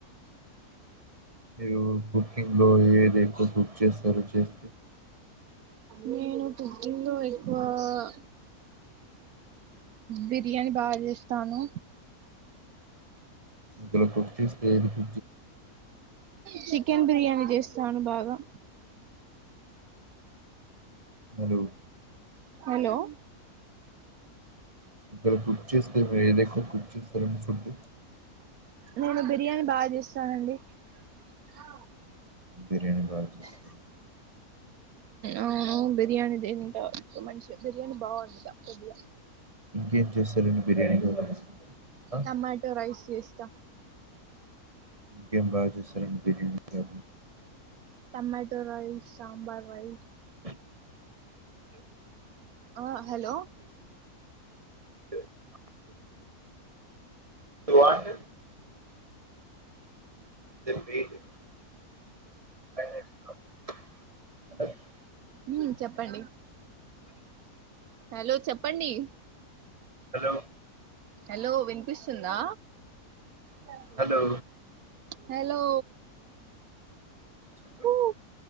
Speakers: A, on the right; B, on the right.
A: మీరు ఇ లో ఏది ఎక్కువ బుక్ చేస్తారో చేస్తే
B: నేను పుట్టింట్లో ఎక్కువగా బిర్యానీ బాగ చేస్తాను
A: బలే కుక్ చేస్తే ఏదికు
B: చి కెన్ బిర్యానీ చేస్తాను బాగా
A: హలో
B: హలో
A: ఒకవేళ కుక్ చేస్తే మీరు ఏది ఎక్కువ కుక్ చేస్తారండి ఫుడ్
B: నేను బిర్యానీ బాగ చేస్తానండి ఆ
A: బిర్యానీ బాగచేస్తారా
B: అవును బిర్యానీ తింటా మంచిగ బిర్యానీ బాగా వండుతా కొద్దిగా,
A: ఇంకేం చేస్తారు అండి బిర్యానీ కాకుండా ఆ?
B: టమాటో రైస్ చేస్తా
A: ఇంకేం బాగా చేస్తారండి బిర్యానీ కా
B: tomato butter rice sambar rice
A: చ్
B: ఆ హలో
A: అ వాట్ చెప్పు ఏంటి చ్
B: ఉ చెప్పండి హలో చెప్పండి
A: హలో
B: హలో వినిపిస్తుందా అద అ
A: హలో
B: హలో
A: హలో
B: ఊ